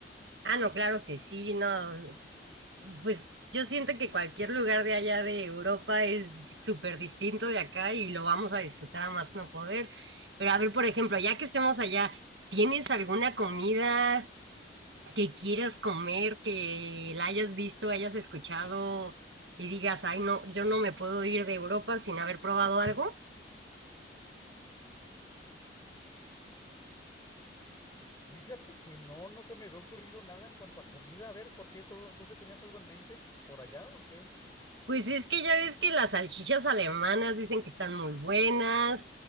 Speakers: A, on the right (about 80°); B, on the left (about 20°).
A: Ah, no, claro que sí, no, Pues yo siento que cualquier lugar de allá de Europa es súper distinto de acá y lo vamos a disfrutar a más no poder. Pero a ver, por ejemplo, ya que estemos allá, ¿tienes alguna comida que quieras comer, que la hayas visto, hayas escuchado y digas, ay, no, yo no me puedo ir de Europa sin haber probado algo?
B: Fíjate que no, no se me había ocurrido nada en cuanto a comida. A ver, ¿por qué? ¿Tú, tú se tenías algo en mente por allá o qué?
A: Pues es que ya ves que las salchichas alemanas dicen que están muy buenas,